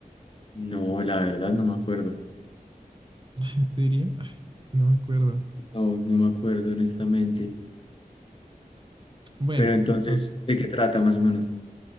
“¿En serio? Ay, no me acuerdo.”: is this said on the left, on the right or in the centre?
Right